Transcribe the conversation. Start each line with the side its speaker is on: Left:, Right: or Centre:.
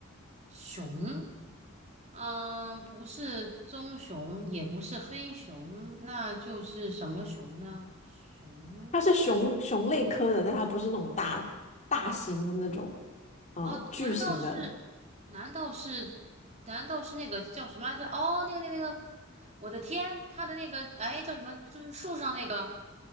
Right: 熊。嗯，不是棕熊，也不是黑熊，那就是什么熊呢？熊
Left: 它是熊熊类科的，但它不是那种大大型的那种，嗯，
Right: 哦，
Left: 巨型的。
Right: 难道是？难道是？难道是那个叫什么来着？哦，那个那个那个，我的天，他的那个哎叫什么？就是树上那个